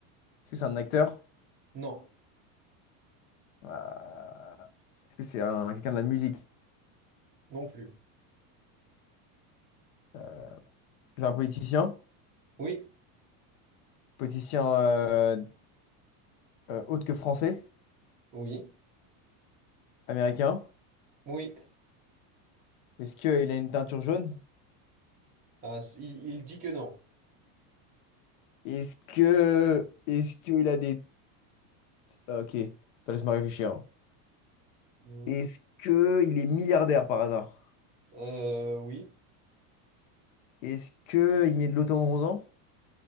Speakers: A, on the left; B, on the right.
A: Est-ce que c'est un acteur?
B: non,
A: Euh, Est-ce que c'est un, quelqu'un de la musique?
B: non plus.
A: Est-ce que c'est un politicien?
B: Oui,
A: Politicien euh, euh, autre que français?
B: oui.
A: Américain?
B: Oui,
A: Est-ce qu'il a une teinture jaune?
B: Ah, c- il, il dit que non.
A: Est-ce que. Est-ce qu'il a des. euh, Ok, attends, laisse-moi réfléchir.
B: Mhm.
A: Est-ce que il est milliardaire par hasard?
B: Euh, oui,
A: Est-ce que il met de l'auto-bronzant?